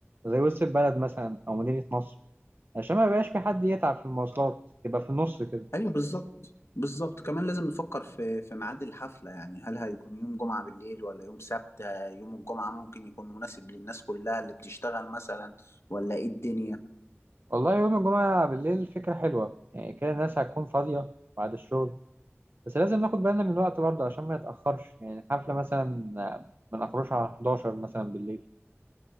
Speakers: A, on the right (about 45°); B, on the left (about 60°).
A: زي وسط البلد مثلا أو مدينة نصر عشان ما يبقاش في حد يتعب في المواصلات تبقى في النص كده
B: ايوه بالظبط بالظبط كمان لازم نفكر في في ميعاد الحفله يعني هل هيكون يوم جمعه بالليل ولا يوم سبت يوم الجمعه ممكن يكون مناسب للناس كلها اللي بتشتغل مثلا ولا ايه الدنيا
A: والله يوم الجمعة بالليل فكرة حلوة يعني كده الناس هتكون فاضية بعد الشغل بس لازم ناخد بالنا من الوقت برضه عشان ما نتأخرش يعني الحفلة مثلا آه، ما نخرجش على 11 مثلا بالليل